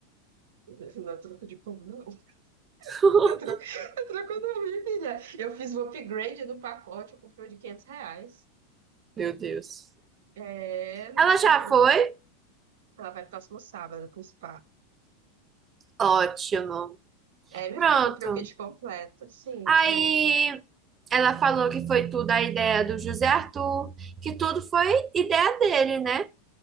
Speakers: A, on the right; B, on the right.
A: <laughs> Não é troco de pão, não. <laughs>
B: <laughs>
A: Não é troco, não é troco não, minha filha. Eu fiz o upgrade do pacote, eu comprei o de 500 reais.
B: Meu Deus.
A: É, não
B: Ela
A: tá sendo
B: já
A: troco
B: foi?
A: Ela vai próximo sábado pro spa.
B: Ótimo.
A: É, minha
B: Pronto.
A: filha, eu comprei o kit completo. Sim,
B: Aí.
A: diz.
B: Ela falou que foi tudo a ideia do José Arthur, que tudo foi ideia dele, né?